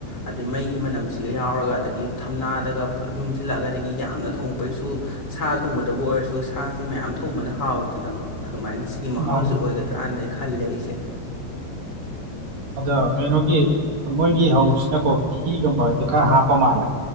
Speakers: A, on the left (about 20°); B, on the right (about 50°).
A: ꯑꯗꯨꯏ ꯃꯩꯒꯤ ꯃꯅꯝꯁꯤꯒ ꯌꯥꯎꯔꯒ ꯑꯗꯒꯤ ꯊꯝꯅꯥꯗꯒ ꯄꯨꯂꯞ ꯌꯣꯝꯁꯤꯜꯂꯛꯑꯒꯗꯒꯤ ꯌꯥꯝꯅ ꯊꯣꯡꯉꯛꯄꯒꯤꯁꯨ ꯁꯥ ꯊꯣꯡꯕꯗꯕꯨ ꯑꯣꯏꯔꯁꯨ ꯁꯥꯁꯦ ꯃꯌꯥꯝ ꯊꯣꯡꯕꯅ ꯍꯥꯎꯋꯤꯗꯅꯀꯣ ꯑꯗꯨꯃꯥꯏꯅ ꯁꯤꯒꯤ ꯃꯍꯥꯎꯁꯦ
B: ꯃꯥꯅꯤ
A: ꯑꯣꯏꯒꯗ꯭ꯔꯥꯅ ꯑꯩ ꯈꯜꯂꯦ ꯑꯩꯁꯦ
B: ꯑꯗꯣ ꯀꯩꯅꯣꯒꯤ ꯃꯣꯏꯒꯤ ꯍꯧꯕꯁꯤꯅꯀꯣ ꯘꯤꯒꯨꯝꯕꯁꯤ ꯈꯔ ꯍꯥꯞꯄ ꯃꯥꯜꯂꯦ